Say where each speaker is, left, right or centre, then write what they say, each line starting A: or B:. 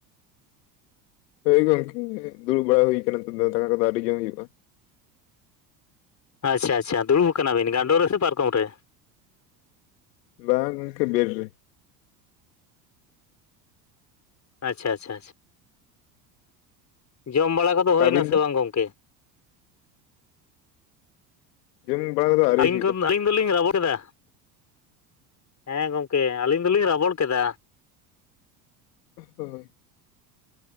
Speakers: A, on the left (about 75°); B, on the left (about 35°).
A: ᱦᱳᱭ ᱜᱚᱝᱠᱮ ᱫᱩᱲᱩᱵ ᱵᱟᱲᱟ ᱦᱩᱭ ᱠᱟᱱᱟ ᱫᱟᱠᱟ ᱠᱚᱫᱚ ᱟᱹᱣᱨᱤ ᱡᱚᱢ ᱦᱩᱭᱩᱜᱼᱟ᱾
B: ᱟᱪᱪᱷᱟ ᱟᱪᱪᱷᱟ ᱫᱩᱲᱩᱵ ᱠᱟᱱᱟᱵᱤᱱ ᱜᱟᱸᱰᱳ ᱨᱮᱥᱮ ᱯᱟᱨᱠᱚᱢ ᱨᱮ?
A: ᱵᱟᱝ ᱜᱚᱢᱠᱮ ᱵᱮᱲ ᱨᱮ᱾
B: ᱟᱪᱪᱷᱟ ᱟᱪᱪᱷᱟ᱾ ᱡᱚᱢ ᱵᱟᱲᱟ ᱠᱚᱫᱚ ᱦᱩᱭᱱᱟ
A: ᱟᱹᱵᱤᱱ
B: ᱥᱮ
A: ᱫᱚ
B: ᱵᱟᱝ ᱜᱚᱢᱠᱮ?
A: ᱡᱚᱢ ᱵᱟᱲᱟ ᱠᱚᱫᱚ ᱟᱹᱣᱨᱤ
B: ᱟᱹᱞᱤᱧ
A: ᱦᱩᱭᱩᱜᱼᱟ
B: ᱟᱹᱞᱤᱧ ᱫᱚᱞᱤᱧ ᱨᱟᱵᱚᱲ ᱠᱮᱫᱟ, ᱦᱮᱸ ᱜᱚᱢᱠᱮ ᱟᱹᱞᱤᱧ ᱫᱚᱞᱤᱧ ᱨᱟᱵᱚᱲ ᱠᱮᱫᱟ᱾
A: ᱦᱳᱭ᱾